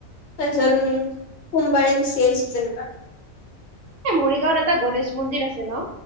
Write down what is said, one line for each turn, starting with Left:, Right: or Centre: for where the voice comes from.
Left: তাৰপিছত সোমবাৰে গুচি আহিছো যেনিবা।
Right: এ মৰিগাঁৱত এটা গণেশ মন্দিৰ আছে ন?